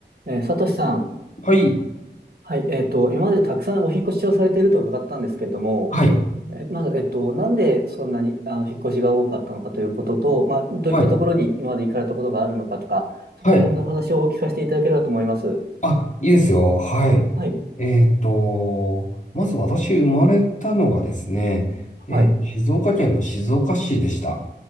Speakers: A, on the right (about 55°); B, on the left (about 40°).
A: えー、サトシさん、
B: はい。
A: はい、えっと、今までたくさんお引っ越しをされていると伺ったんですけれども、
B: はい。
A: え、まず、えっと、なんでそんなにあの引っ越しが多かったのかということと、まあ、どういったところに今まで行かれたことがあるのかとか、
B: はい。
A: そこら辺のお話をお聞かせていただければと思います。
B: はい。あ、いいですよ。はい。
A: はい、
B: えっと、まず私生まれたのがですね、えー静岡県の静岡市でした。
A: はい、